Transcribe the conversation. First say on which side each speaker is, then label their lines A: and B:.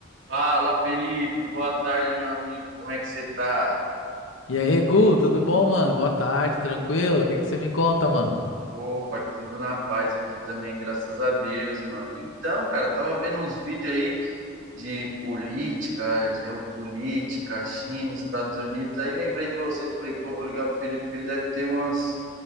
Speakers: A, on the right; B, on the left.
A: Fala, Felipe. Boa tarde, meu amigo. Como é que você tá?
B: E aí, Gu, tudo bom, mano? Boa tarde, tranquilo? O que que você me conta, mano?
A: Opa, que tudo na paz aqui também, graças a Deus, mano. Então, cara, eu tava vendo uns vídeos aí de política, geopolítica, China, Estados Unidos. Aí lembrei de você, falei, pô, vou ligar pro Felipe, porque ele deve ter umas